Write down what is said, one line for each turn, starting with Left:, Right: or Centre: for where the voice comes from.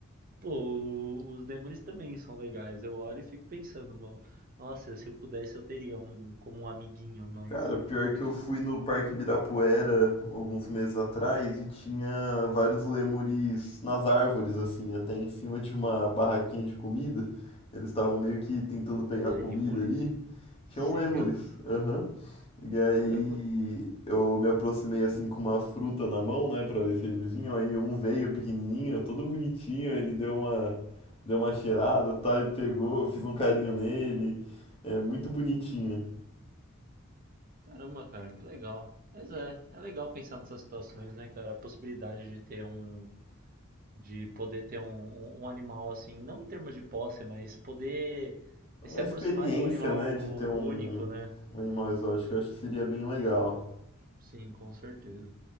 Right: Pô, o- os lêmures também são legais. Eu olho e fico pensando, mano. Nossa, se eu pudesse, eu teria um como um amiguinho, mas.
Left: Cara, pior que eu fui no Parque Ibirapuera alguns meses atrás e tinha vários lêmures nas árvores, assim, até em cima de uma barraquinha de comida. Eles estavam meio que tentando pegar
Right: ah, Lêmures?
Left: comida ali. Tinham
Right: Sério?
Left: lêmures, aham. E aí
Right: Caramba,
Left: eu me aproximei assim com uma fruta na mão, né, pra ver se eles vinham. Aí um veio pequenininho, todo bonitinho, ele deu uma, deu uma cheirada, tal, e pegou, eu fiz um carinho nele. É muito bonitinho.
Right: caramba, cara, que legal. Mas é, é legal pensar nessas situações, né, cara? A possibilidade de ter um, de poder ter um, um, um animal assim, não em termos de posse, mas poder se
Left: a experiência,
Right: aproximar de um animal
Left: né, de ter um,
Right: único, né?
Left: um animal exótico, eu acho que seria bem legal.
Right: Sim, com certeza.